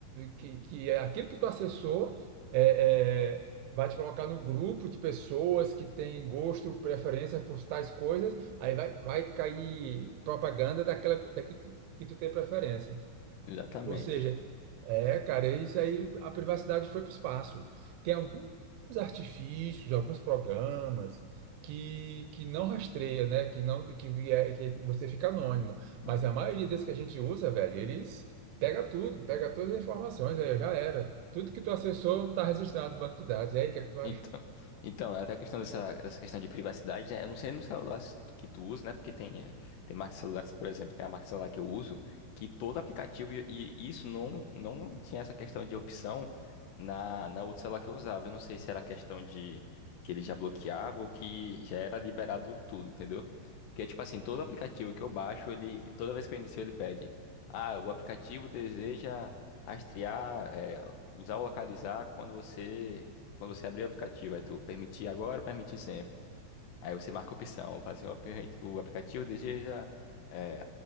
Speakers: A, on the right; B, on the left.
A: que, que é aquilo que tu acessou. é, é, vai te colocar no grupo de pessoas que têm gosto, preferência por tais coisas, aí vai, vai cair propaganda daquela, da que tu, que tu tem preferência.
B: Exatamente.
A: Ou seja, é, cara, é isso aí, a privacidade foi para o espaço. Tem alguns artifícios, alguns programas que, que não rastreia, né? Que não que, é, que você fica anônimo.
B: Uhum.
A: Mas a maioria desses que a gente usa, velho, eles pega tudo, pega todas as informações, aí já era. Tudo que tu acessou está registrado no banco de dados. E aí, o que é que tu acha?
B: Então, então, é até a questão dessa, dessa questão de privacidade, né? Eu não sei no celular se tu- que tu usa, né? Porque tem, eh, tem marcas de celulares, por exemplo, tem a marca de celular que eu uso, que todo aplicativo, e, e isso não, não tinha essa questão de opção na, na outra celular que eu usava. Eu não sei se era questão de que ele já bloqueava ou que já era liberado tudo, entendeu? Porque, tipo assim, todo aplicativo que eu baixo, ele, toda vez que eu inicio, ele pede, ah, o aplicativo deseja rastrear, eh, usar ou localizar quando você quando você abrir o aplicativo, aí tu permitir agora, permitir sempre. Aí você marca a opção, fala assim, o ape- o aplicativo deseja é,